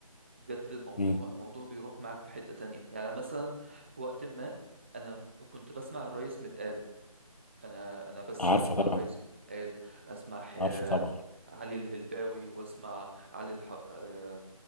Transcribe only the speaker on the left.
مم.
عارفة
طبعا
عارفة طبعا